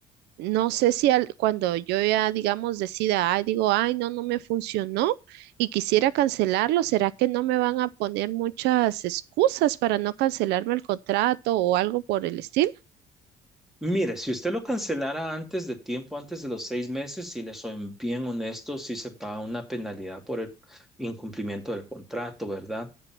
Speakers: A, on the right (about 80°); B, in the centre.
A: no sé si al- cuando yo ya, digamos, decida, ay, digo, ay, no, no me funcionó y quisiera cancelarlo, ¿será que no me van a poner muchas excusas para no cancelarme el contrato o algo por el estilo?
B: Mire, si usted lo cancelara antes de tiempo, antes de los seis meses, si le soy bien honesto, sí se paga una penalidad por el incumplimiento del contrato, ¿verdad?